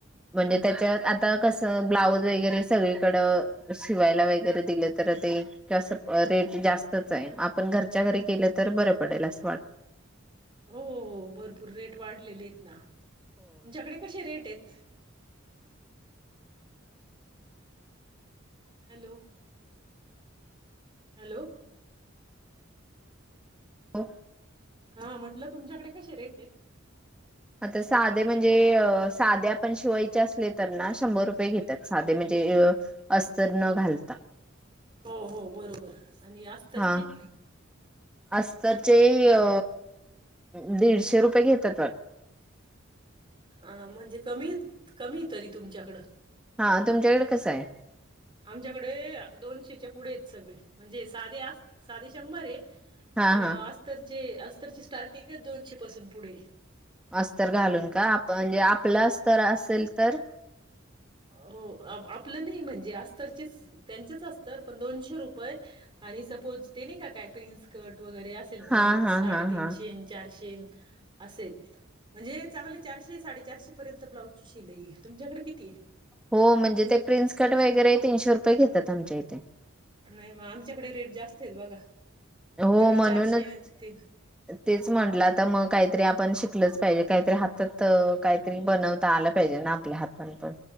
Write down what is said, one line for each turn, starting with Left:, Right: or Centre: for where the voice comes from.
Centre: म्हणजे त्याच्यात आता कसं ब्लाऊज वगैरे सगळीकड शिवायला वगैरे दिले तर ते जास्त रेट जास्तचये आपण घरच्या घरी केलं तर बरं पडेल असं वाट
Right: हो हो हो भरपूर रेट वाढलेलेत ना तुमच्याकडे कसे रेट तेच हॅलो हॅलो
Centre: ओ
Right: हा म्हटलं तुमच्याकडे कसे रेटेत?
Centre: आता साधे म्हणजे? साध्या पण शिवाय असले तर ना शंभर रुपये घेतात साधे म्हणजे अस्तर न घालता
Right: हो हो बरोबर आणि अस्तरचे
Centre: हा अस्तरचे अ दीडशे रुपये घेतात वाटतं
Right: अ म्हणजे कमीत कमी तरी तुमच्याकडं
Centre: हा तुमच्याकडे कसं आहे
Right: आमच्याकडे दोनशेच्या पुढे आहेत सगळे म्हणजे साधे आस साधे शंभर ये
Centre: हा
Right: पण अस्तरचे
Centre: हा
Right: अस अस्तरची स्टार्टिंगच दोनशे पासून पुढे
Centre: अस्तर घालून
Right: आहे.
Centre: का आप म्हणजे आपलं अस्तर असेल तर
Right: हो आप आपलं नाही म्हणजे अस्तरचे त्यांचेच अस्तर पण दोनशे रुपये आणि सपोज ते नाही का काय प्रिन्सकर्ट वगैरे असेल तर
Centre: हा
Right: मग
Centre: हा
Right: साडेतीनशेन
Centre: हा हा
Right: चारशेन असेत म्हणजे चांगले चारशे साडेचारशे पर्यंत ब्लाउजची शिलाई तुमच्याकडे कितीय?
Centre: हो म्हणजे ते प्रिन्सकट वगैरे तीनशे रुपये घेतात आमच्या इथे
Right: नाही मग आमच्याकडे रेट जास्त तेत बघा
Centre: हो
Right: आमच्याकडे
Centre: म्हणूनच
Right: चारशे ते
Centre: तेच म्हटलं आता मग काही तरी आपण शिकलच पाहिजे काहीतरी हातात काहीतरी बनवता आलं पाहिजे ना आपल्या हातान पण